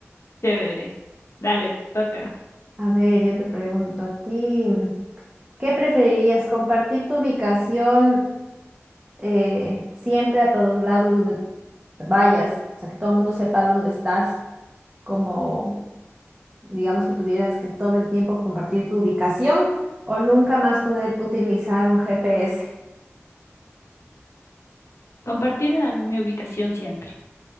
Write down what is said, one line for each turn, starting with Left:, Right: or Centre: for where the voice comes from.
Left: Chévere. Dale, te toca.
Right: A ver, yo te pregunto a ti, ¿qué preferirías? ¿Compartir tu ubicación eh, siempre a todos lados donde vayas? O sea, que todo el mundo sepa dónde estás, como digamos que tuvieras que todo el tiempo compartir tu ubicación o nunca más poder utilizar un GPS.
Left: Compartir eh, mi ubicación siempre,